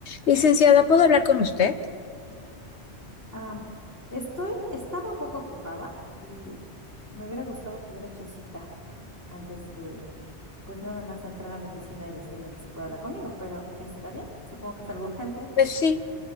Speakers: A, on the left; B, on the left.
A: Licenciada, ¿puedo hablar con usted?
B: Am, estoy, estaba un poco ocupada y me hubiera gustado que hubiera hecho cita antes de, pues nada más entrar a mi oficina y decirme que sí puede hablar conmigo, pero está bien, supongo que es algo urgente,
A: Pues sí,